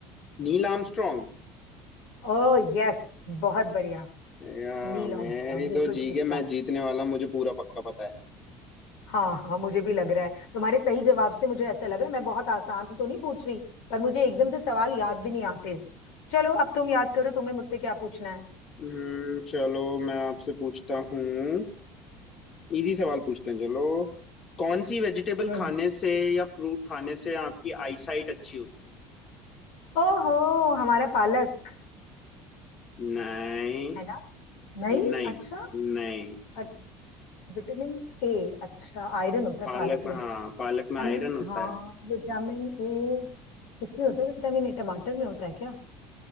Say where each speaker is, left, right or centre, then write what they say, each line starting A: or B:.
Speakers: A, on the left (about 35°); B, on the left (about 85°).
A: Neil Armstrong
B: ओ यस बहुत बढ़िया
A: या,
B: नील
A: मेरी
B: आर्मस्ट्रॉन्ग बिल्कुल
A: दो जी
B: ठीक
A: के मैं जीतने वाला मुझे पूरा पक्का पता है
B: हाँ हाँ मुझे भी लग रहा है तुम्हारे सही जवाब से मुझे ऐसा लग रहा है मैं बहुत आसान तो नहीं पूछ रही पर मुझे एकदम से सवाल याद भी नहीं आते चलो अब तुम याद करो तुम्हें मुझसे क्या पूछना है
A: हम्म, चलो मैं आपसे पूछता हूँ इजी सवाल पूछते हैं चलो कौन सी वेजिटेबल
B: हम्म
A: खाने से या फ्रूट खाने से आपकी आईसाइट अच्छी होती है
B: ओहो हमारा पालक
A: नहीं
B: है ना नहीं
A: नहीं
B: अच्छा
A: नहीं
B: अ- विटामिन ए अच्छा आयरन होता है
A: पालक
B: पालक में
A: हाँ पालक
B: विटामिन
A: में आयरन होता
B: हाँ
A: है
B: विटामिन ए किसमें होता है विटामिन ए टमाटर में होता है क्या